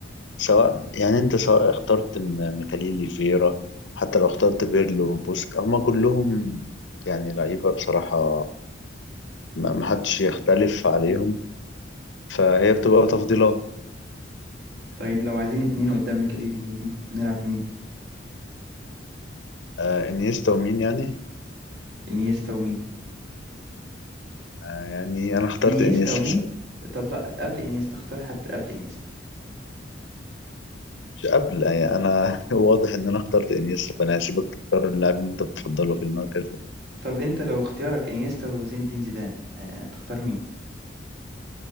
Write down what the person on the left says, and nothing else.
سواء يعني انت سواء اخترت م- ميكاليلي فيرا حتى لو اخترت بيرلو بوسك هما كلهم يعني لعيبة بصراحة ما ما حدش يختلف عليهم فهي بتبقى تفضيلات
آه انيستا ومين يعني
آه يعني انا اخترت
انيستا
سيبك
مش قبل يعني انا <laughs> واضح ان انا اخترت انيستا فانا هسيبك تختار اللاعب اللي انت بتفضله في المركز ده